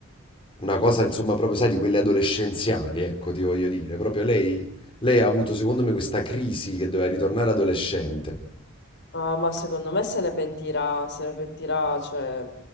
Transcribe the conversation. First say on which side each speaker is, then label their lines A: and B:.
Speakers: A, on the left; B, on the left.
A: una cosa, insomma, proprio, sai, di quelle adolescenziali, ecco, ti voglio dire. Proprio lei, lei ha avuto, secondo me, questa crisi che doveva ritornare adolescente.
B: Ah, ma secondo me se ne pentirà, se ne pentirà, cioè,